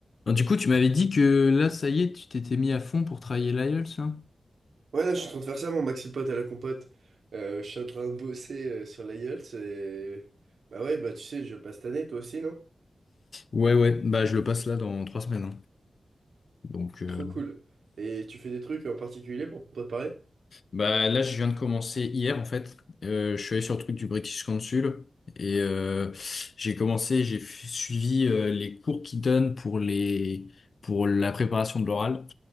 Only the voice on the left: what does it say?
Alors, du coup, tu m'avais dit que là, ça y est, tu t'étais mis à fond pour travailler l'IELTS, là?
Ouais, ouais, bah je le passe là dans trois semaines. hein. Donc euh,
bah là je viens de commencer hier en fait. Euh, je suis allé sur le truc du British Council et euh, j'ai commencé, j'ai f- suivi euh, les cours qu'ils donnent pour les pour la préparation de l'oral.